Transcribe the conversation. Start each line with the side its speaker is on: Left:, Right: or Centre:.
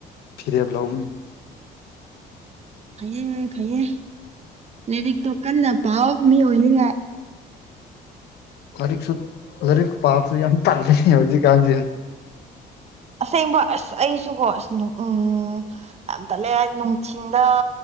Left: ꯐꯤꯔꯦꯞ ꯂꯒꯅꯤ
Right: ꯐꯩꯌꯦ ꯐꯩꯌꯦ ꯂꯥꯏꯔꯤꯛꯇꯣ ꯀꯟꯅ ꯄꯥꯎ ꯃꯤ ꯑꯣꯏꯅꯤꯡꯉꯥꯏ
Left: ꯂꯩꯔꯤꯛꯁꯨ ꯂꯩꯔꯤꯛ ꯄꯥꯕꯁꯨ ꯌꯥꯝ ꯇꯜꯂꯤꯅꯦ ꯍꯧꯖꯤꯛ ꯀꯥꯟꯁꯤ
Right: ꯑꯁꯦꯡꯕ ꯑꯁ ꯑꯩꯁꯨꯀꯣ ꯑꯁ ꯎꯝ ꯌꯥꯝ ꯇꯜꯂꯦ ꯅꯨꯡꯊꯤꯟꯗ